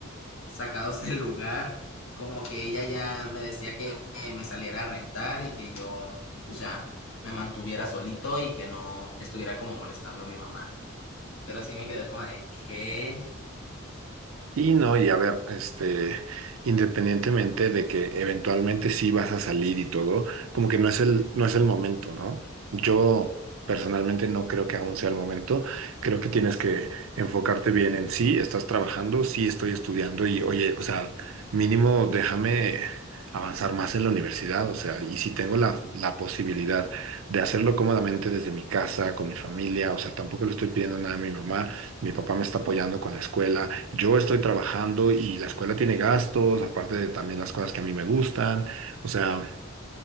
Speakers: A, on the left; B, on the right.
A: sacados del lugar, como que ella ya me decía que eh, me saliera a rentar y que yo pues, ya me mantuviera solito y que no estuviera como molestando a mi mamá. Pero sí me quedé como de que,
B: Y no, y a ver, este, independientemente de que eventualmente sí vas a salir y todo, como que no es el, no es el momento, ¿no? Yo personalmente no creo que aún sea el momento. Creo que tienes que enfocarte bien en sí, estás trabajando, sí estoy estudiando y oye, o sea, mínimo déjame avanzar más en la universidad, o sea, y si tengo la, la posibilidad de hacerlo cómodamente desde mi casa, con mi familia, o sea, tampoco le estoy pidiendo nada a mi mamá, mi papá me está apoyando con la escuela yo estoy trabajando y la escuela tiene gastos, aparte de también las cosas que a mí me gustan. O sea,